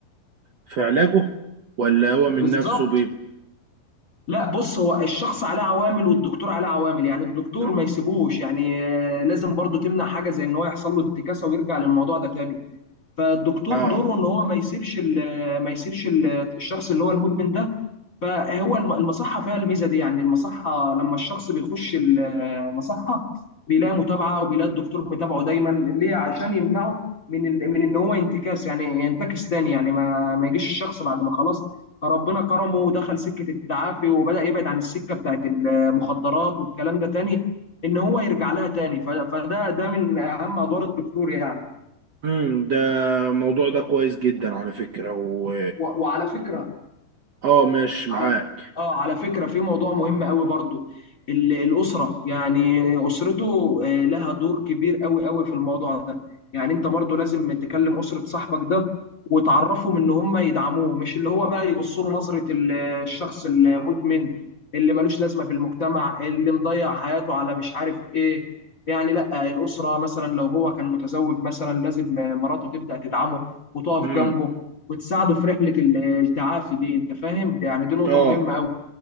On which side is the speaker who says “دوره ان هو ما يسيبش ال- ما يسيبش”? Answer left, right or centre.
Left